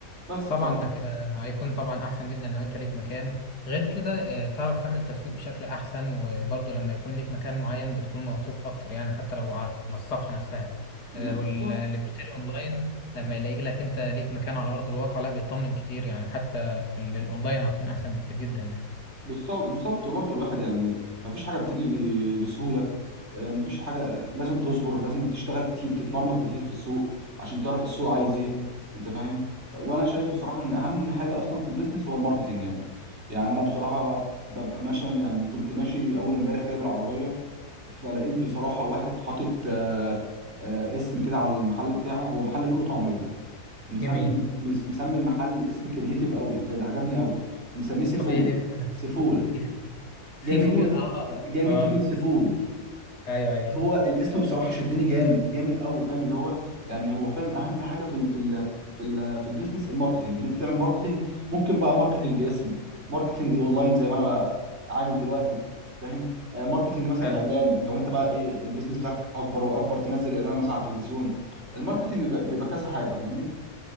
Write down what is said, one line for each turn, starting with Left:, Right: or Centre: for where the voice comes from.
Right: بس
Left: طبعا
Right: ف
Left: ده كده هيكون طبعا احسن جدا لو انت ليك مكان غير كده آه، تعرف تعمل تسويق بشكل احسن وبرضه لما يكون ليك مكان معين بتكون موثوق اكتر يعني حتى لو على الصفحة نفسها
Right: بالظبط
Left: آه، واللي بيشتري اونلاين لما يلاقي لك انت ليك مكان على ارض الواقع لا بيطمن كتير يعني حتى في ال- الاونلاين هتكون احسن بكتير جدا يعني
Right: بالظبط بالظبط برضه الواحد يعني مفيش حاجه بتيجي بسهوله آه، مفيش حاجه آه، لازم تصبر لازم تشتغل كتير تتمرمط كتير في السوق عشان تعرف السوق عايز ايه انت فاهم آه، وانا شايف بصراحه ان اهم حاجه اصلا في البيزنس هو الماركتنج يعني يعني انا بصراحه ببقى ماشي يعني كنت ماشي اول امبارح كده بالعربيه فلقيت بصراحه واحد حاطط آه، آه، اسم كده على المحل بتاعه هو محل فول وطعميه مسمي
Left: جميل
Right: مس- مسمي المحل اسم كرييتيف قوي بجد عجبني قوي مسميه سيفول
Left: طب ايه الاسم ده
Right: سيفول
Left: سيفو سيفول
Right: جاي من كلمه
Left: اه
Right: جاي من
Left: اه
Right: كلمه سيفود
Left: ايوه ايوه
Right: هو الاسم بصراحه شدني جامد جامد قوي فاهم اللي هو يعني هو فعلا اهم حاجه في ال في ال في ال في البيزنس الماركتنج ان انت تعمل ماركتنج ممكن بقى ماركتنج اسم ماركتنج اونلاين زي ما انا بقى عامل دلوقتي فاهم آه، ماركتنج مثلا
Left: فعلا.
Right: اعلان لو انت بقى ايه البيزنس بتاعك اكبر واكبر تنزل اعلان مثلا على التلفزيون الماركتنج بيبقى بيبقى كذا حاجه فاهمني